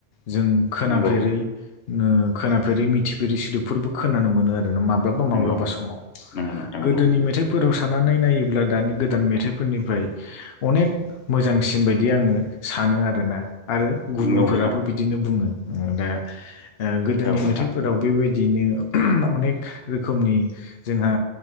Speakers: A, on the left; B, on the left.
A: जों खोनाफेरै
B: नंगौ
A: ओ खोनाफेरै मिथिफेरै सोदोबफोरबो खोनानो मोनो आरो माब्लाबा माब्लाबा
B: नंगौ
A: समाव
B: नंगौ नोंथां
A: गोदोनि
B: नंगौ
A: मेथाइफोराव साननानै नायोब्ला दानि गोदान मेथाइ फोरनिफ्राय अनेक मोजांसिन बायदि आङो सानो आरो ना आरो गुबुनफोराबो
B: नंगौ नोंथां
A: बिदिनो बुङो उम दा ओ गोदोनि
B: औ नोंथां
A: मेथाइफोराव बेबायदि बिदिनो अनेक रोखोमनि जोंहा